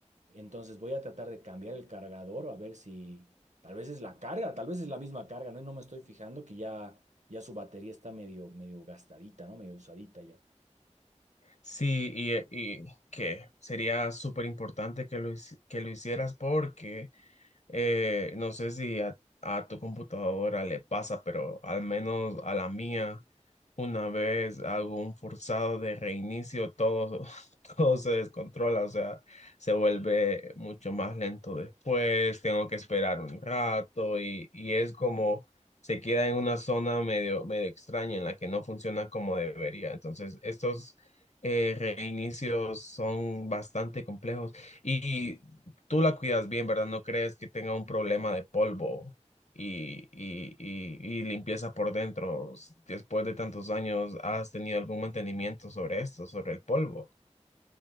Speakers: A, on the right (about 70°); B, on the left (about 65°).
A: Entonces voy a tratar de cambiar el cargador a ver si tal vez es la carga, tal vez es la misma carga, ¿no? Y no me estoy fijando que ya, ya su batería está medio, medio gastadita, ¿no? Medio usadita ya.
B: Sí, y, y que sería súper importante que lo, hici- que lo hicieras porque Eh, no sé si a, a tu computadora le pasa, pero al menos a la mía, una vez hago un forzado de reinicio, todo, <laughs> todo se descontrola, o sea, se vuelve mucho más lento después, tengo que esperar un rato y, y es como se queda en una zona medio, medio extraña en la que no funciona como debería. Entonces, estos eh, reinicios son bastante complejos. Y Tú la cuidas bien, ¿verdad? No crees que tenga un problema de polvo y, y, y, y limpieza por dentro. S- Después de tantos años, ¿has tenido algún mantenimiento sobre esto, sobre el polvo?